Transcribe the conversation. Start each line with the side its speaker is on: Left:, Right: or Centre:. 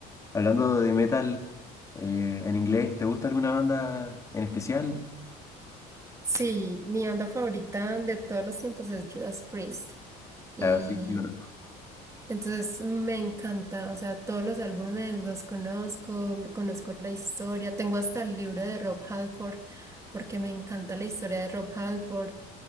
Left: Hablando de metal eh, en inglés, ¿te gusta alguna banda en especial?
Right: Sí, mi banda favorita de todos los tiempos es Judas Priest. Y
Left: Claro, sí, sí conozco.
Right: Entonces me encanta, o sea, todos los álbumes los conozco, conozco la historia, tengo hasta el libro de Rob Halford, porque me encanta la historia de Rob Halford,